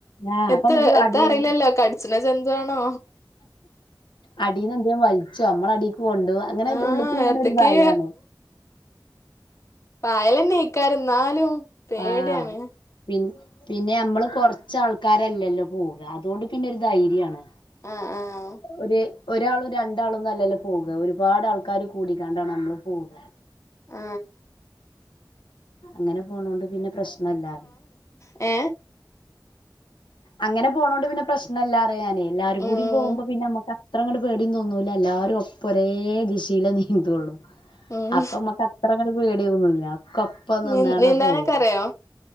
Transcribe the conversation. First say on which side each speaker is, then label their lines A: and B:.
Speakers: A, on the left; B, on the left.
A: ആ
B: എത്ത
A: അപ്പൊ മ്മക്ക്
B: എത്ത
A: അടീന്ന്
B: അറിയില്ലല്ലോ കടിച്ച്ണ ജന്തുവാണോ
A: അടീന്നെന്തേം വലി ച്ചുഅമ്മള അടിക് പോണ്ടു അങ്ങനെ
B: ആഹ്
A: ഉള്ക്ക് ങ്ങനൊരു
B: എത്തക്കേ
A: ഭയാണ്
B: പായലെന്നെ ക്കാരം ന്നാലും പേടിയാണ്
A: ആഹ് പിൻ പിന്നെ നമ്മള് കൊറച്ചാൾക്കാരല്ലല്ലോ പോക അതോണ്ട്പിന്നൊരു ധൈര്യാണ്
B: ആഹ് ആഹ്
A: ഒര് ഒരാളും രണ്ടാളുംന്നല്ലല്ലോ പോക ഒരുപാടാൾക്കാര് കൂടിക്കാണ്ടാണ് നമ്മള് പോക
B: ആ
A: അങ്ങനെ പോണോണ്ട് പിന്നെ പ്രശ്നല്ലാ
B: ഏ
A: അങ്ങനെ പോണോണ്ട് പിന്നെ പ്രശ്നല്ലാറയാ ഞാനെ എല്ലാരും
B: ഉം
A: കൂടി പോകുമ്പോ പിന്നെ മ്മക്ക് അത്രങ്ങ്ട്ട് പേടീം തോന്നൂല എല്ലാരും ഒപ്പൊ ഒരേ ദിശയില നീന്തുള്ളു
B: ഉം
A: അപ്പൊ മ്മക്ക് അത്രങ്ങ്ട്ട് പേടിതോന്നൂല്ല കപ്പ നിന്നാണ്ട
B: നീ നീന്താനൊക്കെ
A: പോകും
B: അറിയോ